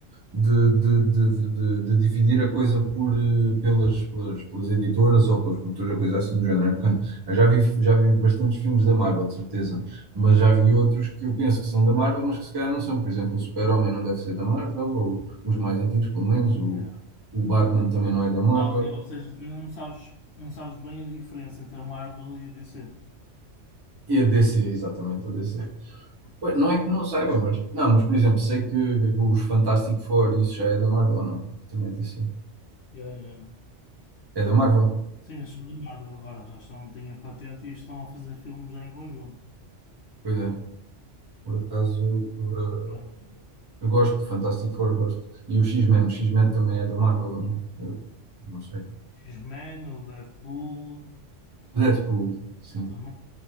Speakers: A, on the right; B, on the left.
A: de, de, de, de, de dividir a coisa por, eh, pelas, pelas, pelas editoras ou pelas produtoras, coisa assim do género. É porque eu já vi, já vi bastantes filmes da Marvel, de certeza, mas já vi outros que eu penso que são da Marvel, mas que se calhar não são. Por exemplo, o Super-Homem não deve ser da Marvel, ou os mais antigos, pelo menos, o,
B: Yeah.
A: o Batman também não é da Marvel.
B: Ah, ok, ou seja, tu ainda não sabes, não sabes bem a diferença entre a Marvel e a DC.
A: E a DC, exatamente, a DC. Ué, Não é que não saiba, mas. Não, mas por exemplo, sei que, que os Fantastic Four, isso já é da Marvel ou não? Também é DC.
B: Yeah, yeah.
A: É da Marvel?
B: Sim, eles são da Marvel agora, já estão, têm a patente e estão a fazer filmes já em conjunto.
A: Pois é. Por acaso, eh,
B: Portanto,
A: Eu gosto de Fantastic Four, gosto. E o X-Men, o X-Men também é da Marvel, ou não? Eu não sei.
B: X-Men, o Deadpool,
A: O Deadpool, sim.
B: é tudo